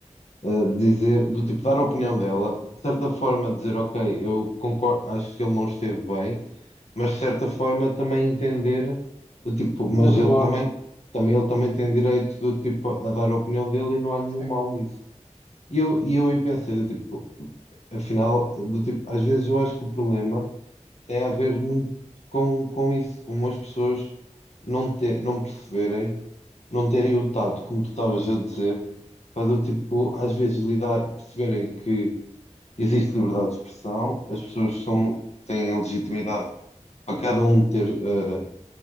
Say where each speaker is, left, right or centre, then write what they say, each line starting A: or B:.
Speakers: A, on the left; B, on the left.
A: eh, dizer, do tipo dar a opinião dela, de certa forma dizer, ok, eu concordo, acho que ele não esteve bem, mas de certa forma também entender do tipo, mas
B: O outro
A: ele
B: lado,
A: também, também ele também tem direito do tipo a dar a opinião dele e não há nenhum
B: sim.
A: mal nisso. E eu, e eu aí pensei, do tipo, afinal, do tipo, às vezes eu acho que o problema tem a ver muito com, com isso, com as pessoas não, ter, não perceberem, não terem o tato, como tu estavas a dizer, para do tipo, às vezes lidar, perceberem que existe liberdade de expressão, as pessoas são, têm legitimidade para cada um ter eh,